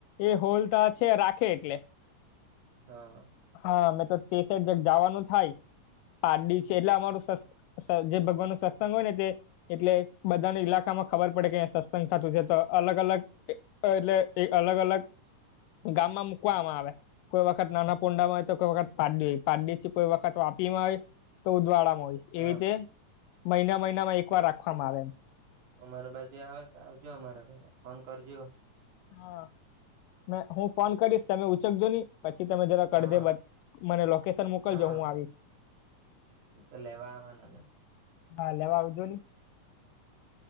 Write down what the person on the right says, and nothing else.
હા.
હા
અમાર બાજુ આવે તો આવજો અમારા ઘરે ફોન કરજો.
હા
હા
તો લેવા આવવાને અમે.